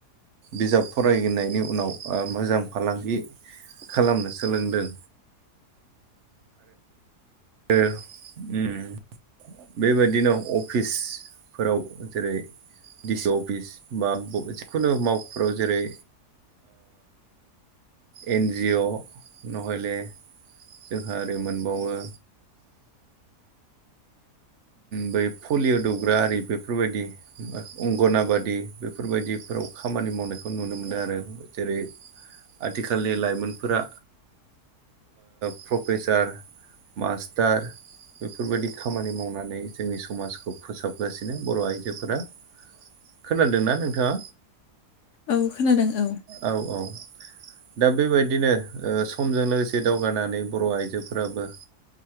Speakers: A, on the right; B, on the left.
A: बिजाब फरायनायनि उनाव मोजां फालांगि खालामनो सोलोंदों उ बेबायदिनो अफिसफोराव जेरै दिडिसि अफिस बा जिखुनु मावख'फोराव जेरै एन जि अ नहले जोंहा ओरो मोनबावो बै पलिय' दौग्रा आरि बेफोरबायदि अंगनाबादि बेफोरबायदिफोराव खामानि मावनायखौ नुनो मोनो आरो जेरै आथिखालनि लाइमोनफोरा प्रफेसार मास्टार बेफोरबायदि खामानि मावनानै जोंनि समाजखौ फोसाबगासिनो बर' आइजोफोरा खोनादोंना नोंथाङा
B: औ खोनादों औ
A: औ औ दा बेबायदिनो समजों लोगोसे दावगानानै बर' आइजोफोराबो